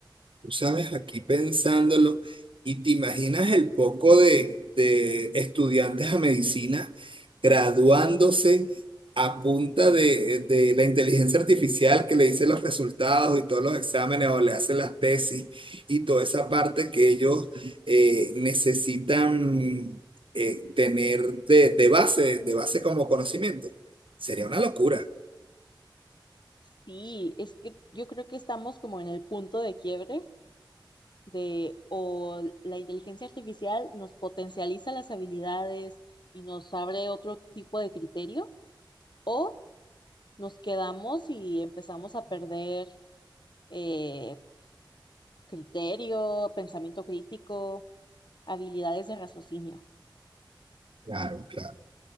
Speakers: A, on the right (about 85°); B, on the left (about 60°).
A: Tú sabes, aquí pensándolo, y te imaginas el poco de, de estudiantes a medicina graduándose a punta de, de la inteligencia artificial que le dice los resultados y todos los exámenes o le hace las tesis y toda esa parte que ellos eh, necesitan eh, tener de, de base, de base como conocimiento. Sería una locura.
B: Sí, es que yo creo que estamos como en el punto de quiebre de o la inteligencia artificial nos potencializa las habilidades y nos abre otro tipo de criterio, o nos quedamos y empezamos a perder eh, criterio, pensamiento crítico, habilidades de raciocinio.
A: Claro, claro.